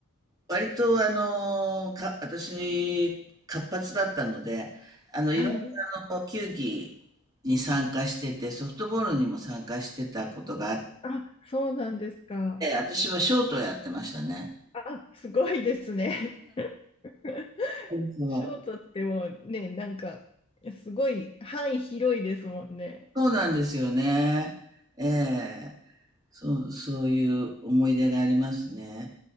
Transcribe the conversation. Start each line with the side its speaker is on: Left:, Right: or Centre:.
Right: 割と、あの、か、私、活発だったので、あの、
Left: はい。
Right: いろんなあの球技に参加してて、ソフトボールにも参加してたことがあっ
Left: あ、そうなんですか。
Right: て、私はショートをやってましたね。
Left: あ、すごいですね。<laughs>
Right: そうそう。
Left: ショートってもうね、なんか、すごい範囲広いですもんね。
Right: そうなんですよね。ええ。そう、そういう思い出がありますね。